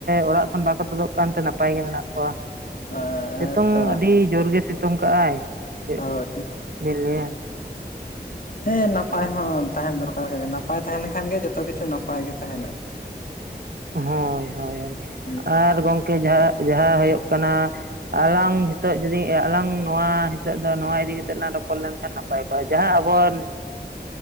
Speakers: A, on the right; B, on the left.
A: ᱚᱲᱟᱜ ᱠᱷᱚᱱ ᱵᱟᱠᱚ ᱛᱩᱫᱚᱜ ᱠᱟᱱᱛᱮ ᱱᱟᱯᱟᱭ ᱜᱮ ᱢᱮᱱᱟᱜ ᱠᱚᱣᱟ
B: ᱦᱮᱸ
A: ᱥᱤᱛᱩᱝ
B: ᱛᱚ
A: ᱟᱹᱰᱤ ᱡᱳᱨ ᱜᱮ ᱥᱤᱛᱩᱝ ᱠᱟᱜᱼ ᱟᱭ ᱪᱮᱫ
B: ᱦᱳᱭ
A: ᱞᱮ ᱞᱟᱹᱭᱟ
B: ᱦᱮᱸ ᱱᱟᱯᱟᱭ ᱦᱚᱸ ᱛᱟᱦᱮᱱ ᱫᱚᱨᱠᱟᱨ ᱠᱟᱱᱟ ᱱᱟᱯᱟᱭ ᱛᱟᱦᱮᱸ ᱞᱮᱱᱠᱷᱟᱱ ᱜᱮ ᱡᱚᱛᱚ ᱠᱤᱪᱷᱩ ᱱᱟᱯᱟᱭ ᱜᱮ ᱛᱟᱦᱮᱱᱟ
A: ᱦᱳᱭ ᱦᱳᱭ ᱦᱳᱭ
B: ᱦᱮᱸ ᱦᱮᱸ
A: ᱟᱨ ᱜᱚᱝᱠᱮ ᱡᱟᱦᱟᱸ ᱡᱟᱦᱟᱸ ᱦᱩᱭᱩᱜ ᱠᱟᱱᱟ ᱟᱞᱟᱝ ᱱᱤᱛᱚᱜ ᱡᱩᱫᱤ ᱟᱞᱟᱝ ᱱᱚᱣᱟ ᱱᱤᱛᱚᱜ ᱫᱚ ᱱᱚᱣᱟ ᱤᱫᱤ ᱠᱟᱛᱮ ᱞᱟᱝ ᱨᱚᱯᱚᱲ ᱞᱮᱱᱠᱷᱟᱱ ᱱᱟᱯᱟᱭ ᱱᱟᱯᱟᱭ ᱠᱚ-ᱟ ᱡᱟᱦᱟᱸ